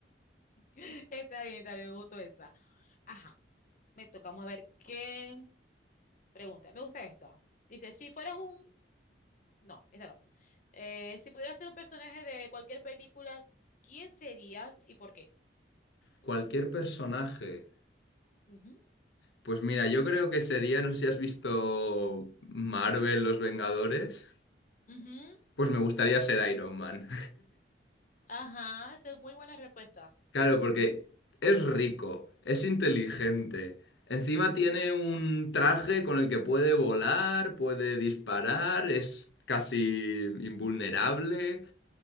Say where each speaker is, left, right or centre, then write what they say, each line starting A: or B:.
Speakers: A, on the left (about 45°); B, on the left (about 75°).
A: Está bien, está bien, me gustó esa. Ajá, me tocamos a ver qué pregunta. Me gusta esto. Dice, si fueras un... No, esta no. Eh, si pudieras ser un personaje de cualquier película, ¿quién serías y por qué?
B: Cualquier personaje.
A: Ujú,
B: Pues mira, yo creo que sería, no sé si has visto Marvel, Los Vengadores,
A: ujú,
B: pues me gustaría ser Iron Man.
A: Ajá, esa es muy buena respuesta.
B: Claro, porque es rico, es inteligente. Encima tiene un traje con el que puede volar, puede disparar, es casi invulnerable.